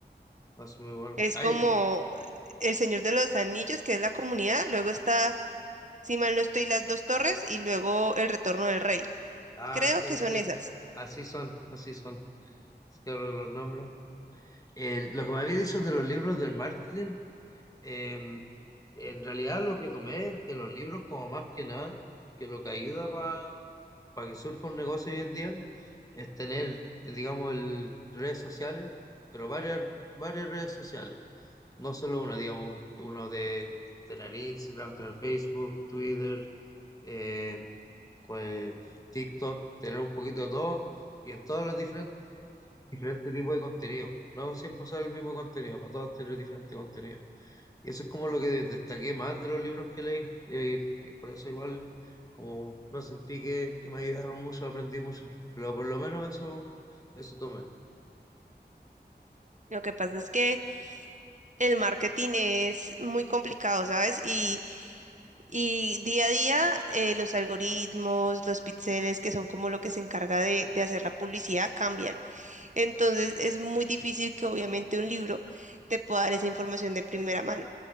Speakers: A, on the left (about 20°); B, on the right (about 45°).
A: es muy bueno.
B: Es
A: Ay,
B: como
A: y-
B: El Señor de los Anillos, que es la comunidad, luego está, si mal no estoy, Las Dos Torres, y luego El Retorno del Rey.
A: ah,
B: Creo
A: sí,
B: que son
A: sí,
B: esas.
A: así son, así son, así que ahora los nombres. Eh, lo que me había dicho de los libros del marketing, Em, en realidad lo que tomé de los libros como más que nada, que lo que ayuda para que surja un negocio hoy en día es tener, eh, digamos, el, redes sociales, pero varias, varias redes sociales, no solo una, digamos, un- uno de tener Instagram, tener Facebook, Twitter, eh, cual- TikTok, tener un poquito de todo y en todas las diferentes, diferentes tipos de contenido, no siempre usar el mismo contenido, para todos tener diferentes contenidos. Y eso es como lo que de- destaqué más de los libros que leí. eh, Y, por eso igual, como no sentí que, que me ayudaron mucho, aprendí mucho. Pero por lo menos eso, eso tomé.
B: Lo que pasa es que el marketing es muy complicado, ¿sabes? Y, y día a día eh, los algoritmos, los píxeles, que son como lo que se encarga de, de hacer la publicidad, cambian. Entonces es muy difícil que obviamente un libro te pueda dar esa información de primera mano.